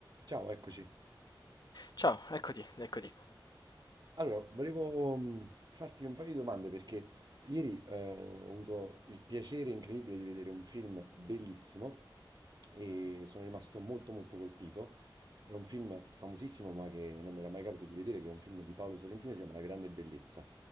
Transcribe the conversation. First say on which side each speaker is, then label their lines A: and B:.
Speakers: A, on the right; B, on the left.
A: Ciao, eccoci.
B: Ciao, eccoti, eccoti.
A: Allora, volevo mh, farti un paio di domande perché ieri eh, ho avuto il piacere incredibile di vedere un film bellissimo e sono rimasto molto molto colpito è un film famosissimo, ma che non mi era mai capitato di vedere, che è un film di Paolo Sorrentino, si chiama La grande bellezza.